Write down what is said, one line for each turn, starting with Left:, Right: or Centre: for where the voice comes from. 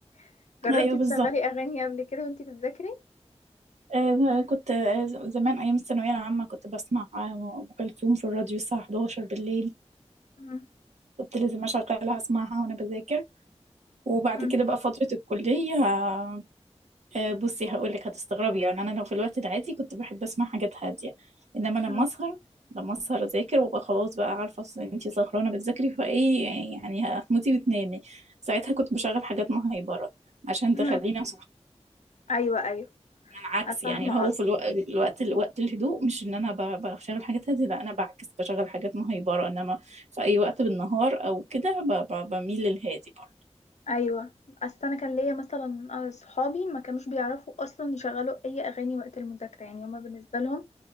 Left: <laughs> جربتي
Right: ايوه
Left: تشغلي
Right: بالظبط
Left: اغاني قبل كده وانتي بتذاكري
Right: آه، كنت آه، زمان أيام الثانوية العامة كنت بسمع آه، أم كلثوم في الراديو الساعة 11 بالليل
Left: مم،
Right: كنت لازم أشغلها أسمعها وأنا بذاكر وبعد
Left: مم،
Right: كده بقى فترة الكلية آه، آه، بصي هقولك هتستغربي يعني أنا لو في الوقت العادي كنت بحب أسمع حاجات هادية إنما لما
Left: مم،
Right: أسهر لما أسهر أذاكر وأبقى خلاص بقى عارفة أصل أنتي سهرانة بتذاكري فإيه يعني هتموتي وتنامي ساعتها كنت بشغل حاجات مهيبرة عشان تخليني
Left: مم.
Right: أصحى
Left: ايوه ايوه
Right: عكس
Left: فاهمة
Right: يعني اللي هو
Left: قصدك
Right: في الو... الوقت الوقت الهدوء مش ان انا ب... بشغل حاجات هادية لا انا بعكس بشغل حاجات مهيبرة انما في اي وقت بالنهار او كده ب... ب... بميل للهادي برضه
Left: ايوه اصل انا كان ليا مثلا آه، صحابي ما كانوش بيعرفوا اصلا يشغلوا اي اغاني وقت المذاكره يعني هما بالنسبه لهم